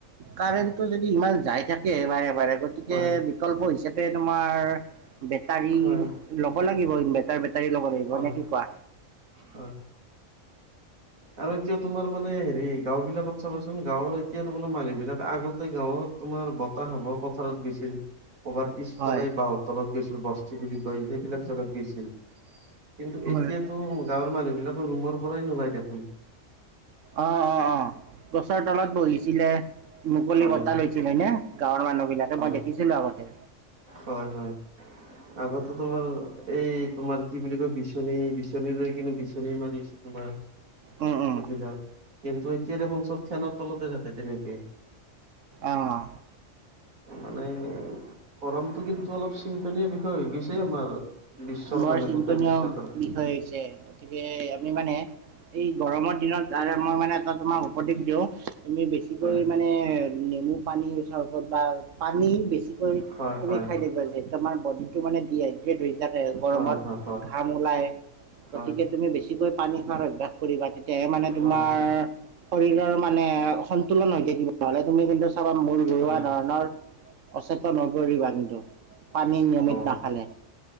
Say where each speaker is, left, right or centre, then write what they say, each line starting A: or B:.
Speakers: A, on the right; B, on the right.
A: কাৰেণ্টটো যদি ইমান যাই থাকে বাৰে বাৰে গতিকে
B: হয়
A: বিকল্প হিচাপে তোমাৰ বেটাৰী
B: হয়
A: লব লাগিব বেটাৰ। কাইলৈ ল'ব লাগিব
B: হয়
A: নে কি কোৱা।
B: হয় আৰু এতিয়া তোমাৰ মানে হেৰি গাওঁ বিলাকত চাবাচোন গাঁৱৰ এতিয়া তো মে মানুহ বিলাক আগতে গাঁৱত তোমাৰ মাৰ বতাহ বৰ পথাৰত গৈছিল কবাৰ পিছফালে
A: হয়
B: বাঁহৰ তলত গৈছিল বস্তি বুলি কয় সেইবিলাক জাগাত গৈছিল। কিন্তু
A: হয়
B: এতিয়াতো গাঁৱৰ মানুহ এইবিলাকৰ ৰুমৰ পৰাই নোলায় দেখোন।
A: অৱ অৱ অৱ গছৰ তলত বহিছিলে মুকলি
B: হয়
A: বতাহ লৈছিলে নে? গাঁৱৰ মানুহ বিলাকে
B: হয়
A: মই দেখিছিলো আগতে
B: হয় হয় আগতে তোমাৰ এই তোমাৰ কি বুলি কয় বিচনী বিচনী লৈ কিন্তু বিচনী মাৰি আছে, তোমাৰ।
A: উম উম
B: এইবিলাক, কিন্তু এতিয়া দেখোন চব ফেনৰ তলতে থাকে তেনেকে।
A: অৱ।
B: মানে গৰমতটো কিন্তু অলপ চিন্তনীয় বিষয় হৈ গৈছে। আমাৰ বিশ্বৰ
A: বৰ
B: কাৰণে
A: চিন্তনীয়
B: গোটেই বিশ্বৰ কাৰণে
A: বিষয় হৈছে, গতিকে আমি মানে এই গৰমৰ দিনত আৰামৰ মানে এটা তোমাক উপদেশ দিওঁ তুমি বেছিকৈ
B: হয়
A: মানে নেমু পানীৰ চৰবত বা পানী বেছিকৈ
B: হয়
A: তুমি
B: হয়
A: খাই থাকিবা। যিহেতু তোমাৰ বডিতো বডিতো মানে ডিহাইড্ৰেত হয়। যাতে গৰমত
B: হয় হয়
A: ঘাম ওলায়, গতিকে
B: হয়
A: তুমি বেছিকৈ পানী খোৱাৰ অভ্যাস কৰিবা। তেহে মানে তোমাৰ
B: হয় হয়
A: শৰীৰৰ মানে সন্তোলন হৈ থাকিব নহলে তুমি কিন্তু চাবা মূৰ ঘৰুৱা
B: হয়
A: ধৰণৰ অচেতন হৈ পৰিবা কিন্তু পানী নিয়মিত
B: অ
A: নাখালে।